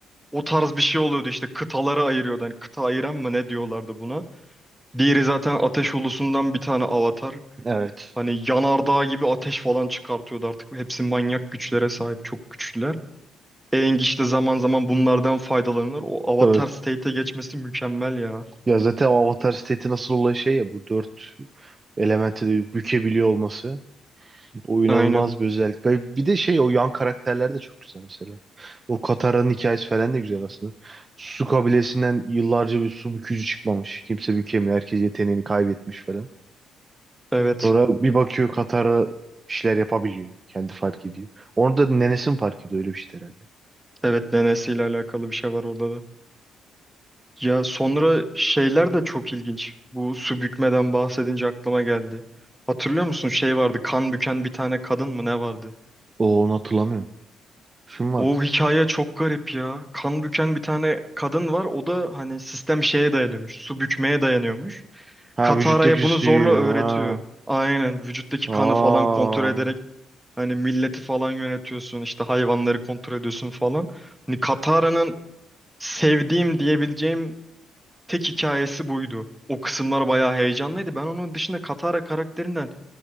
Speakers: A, in the centre; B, on the right.
A: O tarz bir şey oluyordu işte kıtaları ayırıyordu. Hani kıta ayıran mı ne diyorlardı buna. Diğeri zaten ateş ulusundan bir tane avatar.
B: Evet.
A: Hani yanardağ gibi ateş falan çıkartıyordu artık. Hepsi manyak güçlere sahip, çok güçlüler. Aang işte zaman zaman bunlardan
B: Hı hı.
A: faydalanır. O avatar
B: Tabii
A: state'e geçmesi mükemmel ya.
B: Ya zaten o Avatar seti nasıl olay şey ya bu dört elementi de bükebiliyor olması. O inanılmaz
A: Aynen.
B: bir özellik. Ve Bir de şey o yan karakterler de çok güzel mesela. O Katara'nın hikayesi falan da güzel aslında. Su kabilesinden yıllarca bir su bükücü çıkmamış. Kimse bükemiyor. Herkes yeteneğini kaybetmiş falan.
A: Evet.
B: Sonra bir bakıyor Katara bir şeyler yapabiliyor. Kendi fark ediyor. Onu da nenesi mi fark ediyor öyle bir şey herhalde.
A: Evet DNS ile alakalı bir şey var orada da. Ya sonra şeyler de çok ilginç. Bu su bükmeden bahsedince aklıma geldi. Hatırlıyor musun şey vardı kan büken bir tane kadın mı ne vardı?
B: O onu hatırlamıyorum. Şu mu
A: O
B: vardı?
A: hikaye çok garip ya. Kan büken bir tane kadın var. O da hani sistem şeye dayanıyormuş. Su bükmeye dayanıyormuş.
B: Ha
A: Katara'ya
B: vücuttaki
A: bunu
B: suyu.
A: zorla öğretiyor.
B: Ha.
A: Aynen vücuttaki
B: Aa.
A: kanı falan kontrol ederek hani milleti falan yönetiyorsun. işte hayvanları kontrol ediyorsun falan. Hani Katara'nın sevdiğim diyebileceğim tek hikayesi buydu. O kısımlar bayağı heyecanlıydı. Ben onun dışında Katara karakterinden